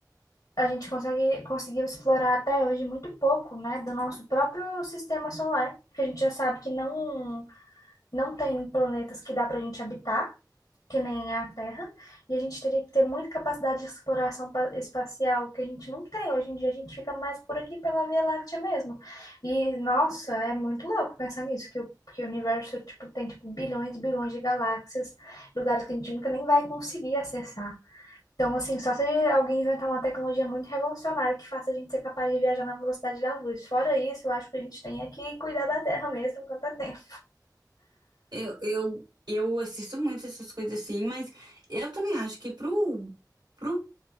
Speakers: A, on the left; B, on the right.
A: a gente consegue, conseguiu explorar até hoje muito pouco, né, do nosso próprio sistema solar, porque a gente já sabe que não, não tem planetas que dá para a gente habitar, que nem a Terra, e a gente teria que ter muita capacidade de exploração pa- espacial, que a gente não tem. Hoje em dia a gente fica mais por aqui pela Via Láctea mesmo. E, nossa, é muito louco pensar nisso, que o, que o universo, tipo, tem, tipo, bilhões e bilhões de galáxias, lugares que a gente nunca nem vai conseguir acessar. Então, assim, só se alguém inventar uma tecnologia muito revolucionária que faça a gente ser capaz de viajar na velocidade da luz. Fora isso, eu acho que a gente tem é que cuidar da Terra mesmo enquanto há tempo.
B: Eu, eu, eu assisto muito essas coisas assim, mas eu também acho que pro, pro,